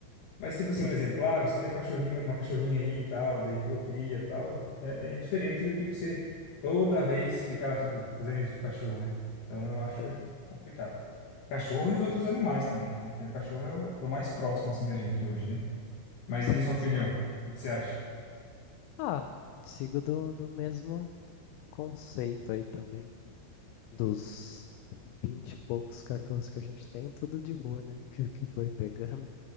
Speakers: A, on the left; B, on the left.
A: Mas, tipo assim,
B: Sim,
A: um exemplo, ah, você tem um cachorrinho, uma cachorrinha aí e tal, daí pô, cria e tal. É, é é diferente do que você toda vez ficar, tipo, fazendo isso com o cachorro, né? Então eu acho
B: aham.
A: complicado. Cachorro e os outros animais também, né? Porque o cachorro é o, é o mais próximo, assim, da gente hoje, né? Mas
B: Sim,
A: e a sua opinião?
B: sim.
A: O que que você acha?
B: Ah, sigo do, do mesmo conceito aí também. Dos vinte e poucos cachorros que a gente tem, tudo de boa, né? <laughs> Que que foi pegando.